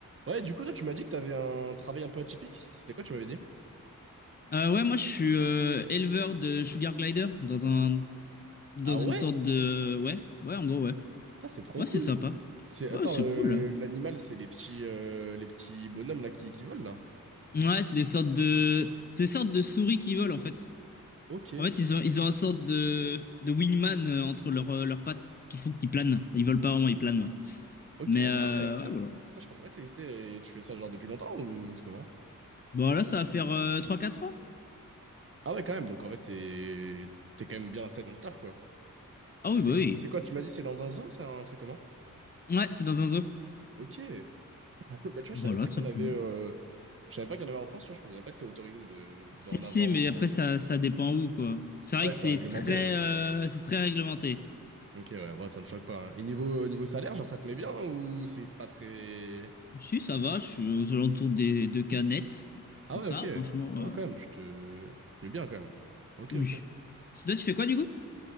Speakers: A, on the right; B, on the left.
A: Ouais, du coup, toi, tu m'as dit que t'avais un travail un peu atypique. C'était quoi, tu m'avais dit?
B: Euh, ouais, moi je suis euh, éleveur de Sugar Glider dans un dans
A: Ah
B: une
A: ouais?
B: sorte de ouais, ouais, en gros ouais.
A: Putain, c'est trop
B: Ouais,
A: cool.
B: c'est sympa.
A: C'est
B: Ouais,
A: attends,
B: c'est
A: euh,
B: cool.
A: l'animal, c'est les petits euh, les petits bonhommes là qui, qui volent là.
B: Ouais, c'est des sortes de c'est des sortes de souris qui volent en fait.
A: Ok,
B: En fait, ils ont ils ont un sorte de de wingman euh, entre leurs euh, leurs pattes qui font qu'ils planent. Ils volent pas vraiment, ils planent, ouais.
A: ok,
B: Mais euh,
A: ah ouais, ok. Putain,
B: ouais, voilà.
A: je pensais pas que ça existait. Et tu fais ça genre depuis longtemps ou c'est comment?
B: Bon, là ça va faire euh, 3-4 ans.
A: Ah ouais, quand même. Donc en fait, t'es t'es quand même bien assez dans ton taf quoi.
B: Ah oui,
A: Et c'est
B: bah oui.
A: co- c'est quoi? Tu m'as dit c'est dans un zoo, c'est un truc comment?
B: Ouais, c'est dans un zoo.
A: Ok. <laughs> Ah, cool. Bah tu vois,
B: Voilà,
A: je savais même pas
B: tout
A: qu'il
B: simplement.
A: y en avait. euh, Je savais même pas qu'il y en avait en France. Tu vois, je pensais même pas que c'était autorisé de d'en
B: Si, si,
A: avoir
B: mais
A: en.
B: après, ça, ça dépend où, quoi. C'est vrai
A: Ouais,
B: que
A: c'est
B: c'est
A: réglementé.
B: très,
A: ouais.
B: euh, c'est très réglementé.
A: Ok, ouais, ouais, ça me choque pas. hein. Et niveau, niveau salaire, genre, ça te met bien ou c'est pas très...
B: Si, ça va, je suis aux alentours des deux canettes.
A: Ah
B: Donc
A: ouais,
B: ça,
A: ok.
B: franchement,
A: Ouais,
B: euh,
A: quand même, tu te, tu te mets bien quand même. Ok,
B: oui.
A: ok.
B: Parce que toi, tu fais quoi, du coup?